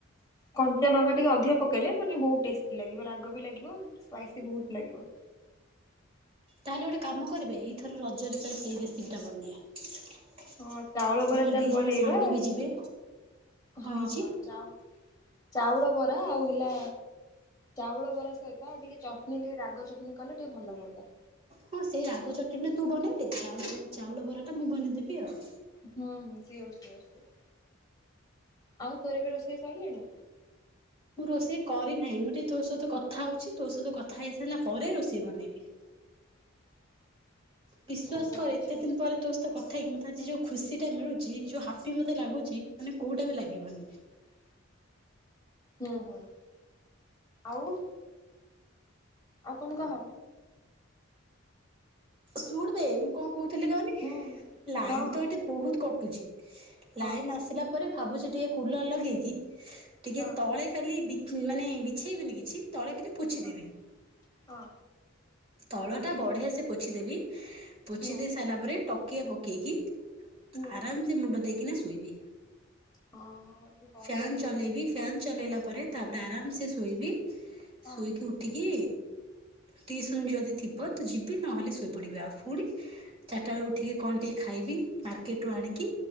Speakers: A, on the left; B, on the right.
A: କଞ୍ଚା ଲଙ୍କା ଟିକେ ଅଧିକ ପକେଇଲେ ମାନେ ବହୁତ ଟେଷ୍ଟି ଲାଗିବ ରାଗ ବି ଲାଗିବ। ସ୍ପାଇସି ବହୁତ ଲାଗିବ।
B: ତାହେଲେ ଗୋଟେ କାମ କରିବେ ଏଇଥର ରଜରେ ସେଇ ରେସିପି ଟା ବନେଇବା
A: ହଁ ଚାଉଳ ବରା
B: ମୋର
A: ଚାଲ
B: ଦି
A: ବନେଇବା
B: ଜଣ ସାଙ୍ଗ ବି ଯିବେ କଣ
A: ହଁ
B: ହେଇଛି
A: ହଁ ଚାଉ ଚାଉଳ ବରା ଆଉ ହେଲା ଚାଉଳ ବରା ସହିତ ଆଉ ଟିକେ ଚଟନି ଟିକେ ରାଗ ଚଟଣି କଲେ ଟିକେ ଭଲ ହୁଅନ୍ତା।
B: ହଁ ସେଇ ରାଗ ଚଟଣୀଟା ତୁ ବନେଇଦେ ଚ ଚାଉଳ ବରା ଟା ମୁଁ ବନେଇଦେବି ଆଉ
A: ହୁଁ ହୁଁ ସିଓର୍ ସିଓର୍ ସିଓର୍ ଆଉ ପରିବା ରୋଷେଇ ସଇଲାଣି
B: ମୁଁ ରୋଷେଇ କରିନାହିଁ ମୁଁ ଟିକେ ତୋ ସହିତ କଥା ହଉଛି ତୋ ସହିତ କଥା ହେଇସାରିଲା ପରେ ରୋଷେଇ ବନେଇବି <inaudible>
A: <inaudible>
B: ବିଶ୍ୱାସ
A: ଓହୋ
B: କର
A: ଆଚ୍ଛା
B: ଏତେ
A: ଆଚ୍ଛା।
B: ଦିନ ପରେ ତୋ ସହିତ କଥାହେଇକି ମୋତେ ଆଜି ଯୋଉ ଖୁସୀଟା ମିଳୁଛି ଯୋଉ ହାପି ମୋତେ ଲାଗୁଛି ମାନେ କୋଉଟା ବି ଲାଗିବନି।
A: <inaudible> ହୁଁ ହୁଁ ଆଉ ଆଉ କଣ କହ?
B: ଶୁଣବେ ମୁଁ କଣ କହୁଥିଲି କହନି
A: ହୁଁ
B: ଲାଇନ
A: ହଁ
B: ତ ଏଠି ବହୁତ କଟୁଚି ଲାଇନ
A: ହଁ
B: ଆସିଲା ପରେ ଭାବୁଛି ଟିକେ କୁଲର ଲଗେଇକି ଟିକେ
A: ହଁ
B: ତଳେ ଖାଲି ବିଛେ ମାନେ ବିଛେଇବେନି କିଛି ତଳେ ଖାଲି ପୁଛି
A: ହଁ
B: ଦେବି
A: ହଁ
B: ତଳଟା ବଢିଆ ସେ ପୋଛିଦେବି ପୋଛି
A: ହୁଁ
B: ଦେଇ ସାରିଲା ପରେ ଟକିଆ ପକେଇକି
A: ହୁଁ
B: ଆରାମ ସେ ମୁଣ୍ଡ ଦେଇକି ନା ଶୋଇବି।
A: ହଁ ହଁ ଯୋଉ ଗରମ
B: ଫ୍ୟାନ୍
A: ବି ହଉଛି
B: ଚଲେଇବି। ଫ୍ୟାନ୍ ଚଲେଇଲା ପରେ ତାପରେ ଆରାମସେ ଶୋଇବି
A: ହଁ
B: ଶୋଇକି ଉଠିକି ଟିସନ ଯଦି ଥିବ ତ ଯିବି ନହେଲେ ଶୋଇପଡିବି ଆଉ ପୁଣି ଚାରିଟା ବେଳେ ଉଠିକି କଣ ଟିକେ ଖାଇବି ମାର୍କେଟ ରୁ ଆଣିକି